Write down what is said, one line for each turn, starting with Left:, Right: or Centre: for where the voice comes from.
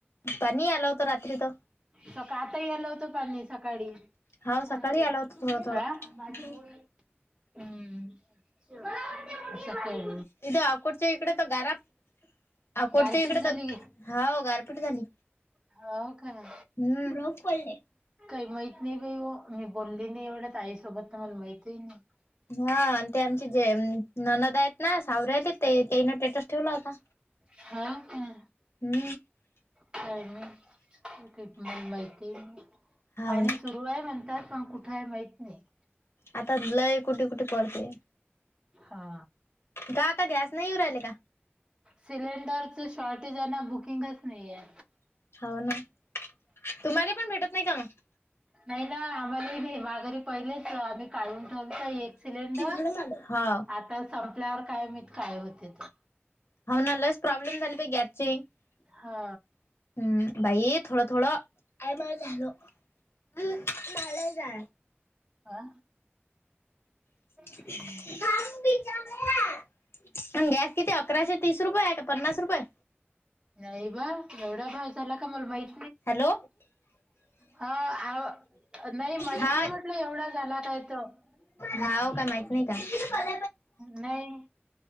Left: पाणी आलं होतं रात्री तर
Right: सकाळ आता यायला होत पाणी सकाळी!
Left: हाव सकाळी
Right: माझी गोळी
Left: आला होता थोडं थोडं.
Right: आ माझी गोळी. हम् समजेल,
Left: तिच्या अफूट इकडे तर घरात, आकोडच्या
Right: गारपीट
Left: इकडे
Right: झाली
Left: तर
Right: गे
Left: हा गारपीट झाली.
Right: हो काय
Left: हम् रफ पले,
Right: काही माहित नाही बाई हो मी बोलली नाही एवढ्यात आईसोबत तर मला माहित आहे नाही.
Left: हा ते आमचे जे ननद आहेत ना सावरऱ्याली ते ते तिनं स्टेटस ठेवला होता.
Right: हा काय,
Left: हम्,
Right: हम् हम् <unintelligible> माहिती
Left: हाव
Right: पाणी
Left: ना
Right: सुरू आहे म्हणतात. पण कुठाय माहीत नाही.
Left: आता लय कुठे कुठे पळते
Right: हा
Left: का आता गॅस नाही येऊ राहिले का
Right: सिलेंडरचं शॉर्टेज आहे ना बुकिंगच नाहीये
Left: हाव ना तुम्हाला पण भेटत नाही का मग
Right: नाही ना आम्हाला भे मा घरी पहिलेच आम्ही काढून ठेवतो एक सिलेंडर
Left: मग? हाव
Right: आता संपल्यावर काय माहित काय होतंय ते
Left: हाव ना लयच प्रॉब्लेम झाली बाई गॅसचे हम.
Right: हा
Left: बाई थोडं थोडं आई माझं झालं हम मला जा
Right: हा
Left: <unintelligible>
Right: हम्म.
Left: पण गॅस किती अकराशे तीस रुपये आहे का पन्नास रुपय
Right: नाही बा एवढा भाव झाला का मला माहीत
Left: हॅलो
Right: हा आव नाही माहित
Left: हा
Right: नाही म्हटलं एवढा झाला काय तो
Left: हाव
Right: हम
Left: का माहित नाही का हाव
Right: नाही